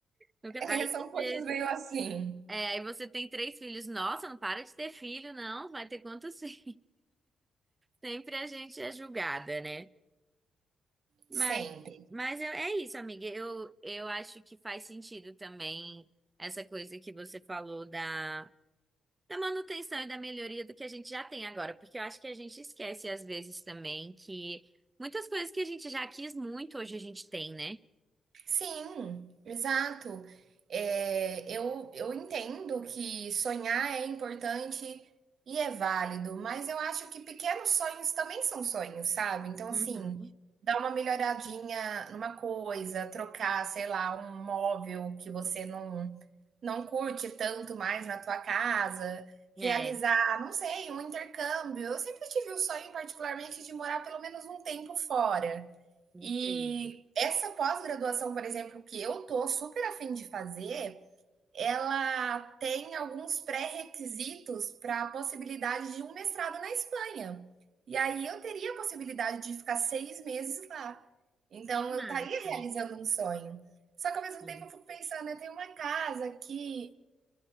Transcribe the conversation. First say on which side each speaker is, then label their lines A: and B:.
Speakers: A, on the right (about 20°); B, on the right (about 60°).
A: Nunca-
B: É,
A: Aí
B: são
A: você
B: coisas meio assim,
A: É, aí você tem três filhos. Nossa, não para de ter filho, não. Vai ter quantos <laughs> filhos? Sempre a gente é julgada, né? Mas,
B: sempre.
A: mas eu- é isso, amiga. Eu, eu acho que faz sentido também essa coisa que você falou da, da manutenção e da melhoria do que a gente já tem agora. Porque eu acho que a gente esquece às vezes também que muitas coisas que a gente já quis muito, hoje a gente tem, né?
B: Sim, exato. É, eu, eu entendo que sonhar é importante e é válido, mas eu acho que pequenos sonhos também são sonhos, sabe? Então,
A: Uhum.
B: assim, dar uma melhoradinha numa coisa, trocar, sei lá, um móvel que você não, não curte tanto mais na tua casa,
A: É,
B: realizar, não sei, um intercâmbio. Eu sempre tive o sonho, particularmente, de morar pelo menos um tempo fora.
A: incrível.
B: E essa pós-graduação, por exemplo, que eu tô super afim de fazer, ela tem alguns pré-requisitos para a possibilidade de um mestrado na Espanha. E aí eu teria a possibilidade de ficar seis meses lá. Então
A: Que massa.
B: eu estaria realizando um sonho. Só que ao mesmo
A: Sim.
B: tempo eu fico pensando, eu tenho uma casa aqui